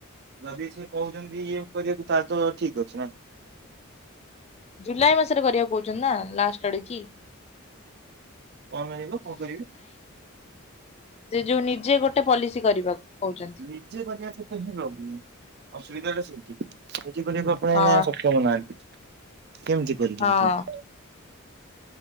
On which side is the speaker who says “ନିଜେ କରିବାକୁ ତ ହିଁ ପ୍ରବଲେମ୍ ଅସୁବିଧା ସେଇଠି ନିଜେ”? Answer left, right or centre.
Right